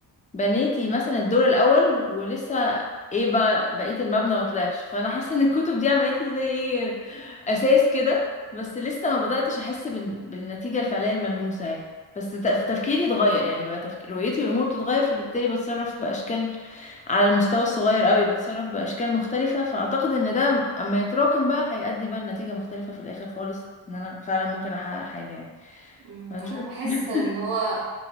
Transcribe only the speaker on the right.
مم،
انا بحس ان
هو